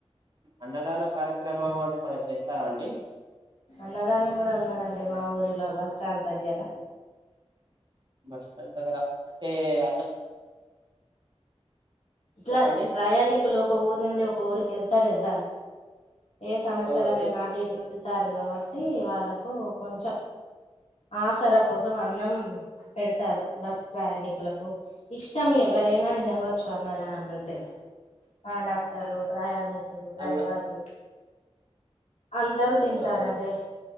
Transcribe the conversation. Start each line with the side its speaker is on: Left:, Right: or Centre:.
Right: అన్నదాన కార్యక్రమంని మన చేస్తారా అండి
Left: అన్నదానం కూడా ఉన్నదండి మా ఊరిలో బస్ స్టాండ్ దగ్గర
Right: బస్ స్టాండ్ దగ్గర అంటే అన్న
Left: ఇట్లా
Right: చెప్పండి?
Left: ప్రయాణికులు ఒక ఊరు నుండి ఒక ఊరికి వెళ్తారు కదా ఏ సమస్యలకైనా
Right: అవునండి.
Left: అటు ఇటు వెళ్తారు కాబట్టి వాళ్ళకు కొంచెం ఆసరా కోసం అన్నం పెడతారు బస్ ప్రయాణికులకు ఇష్టం ఇగ ఎవరైనా తినవచ్చు అన్నదానం అంటే కాండక్టర్ ప్రయాణికులు డ్రైవర్లు
Right: అలా
Left: అందరు తింటారండి
Right: ఆహా!